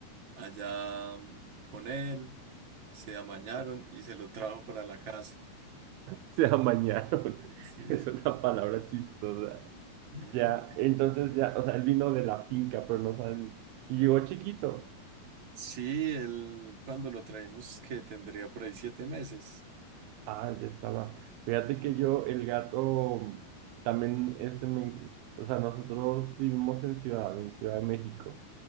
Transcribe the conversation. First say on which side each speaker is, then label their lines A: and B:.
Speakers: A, on the right (about 50°); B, on the right (about 80°).
A: allá mm, con él. Se amañaron y se lo trajo para la casa.
B: Se amañaron. <laughs>
A: Sí.
B: Es una palabra chistosa.
A: Ujú.
B: Ya, entonces ya, o sea, él vino de la finca, pero no saben. Y llegó chiquito.
A: Sí, él cuando lo traímos que tendría por ahí siete meses.
B: Ah, ya estaba. Fíjate que yo, el gato, también, este, me- o sea, nosotros vivimos en ciudad, en Ciudad de México.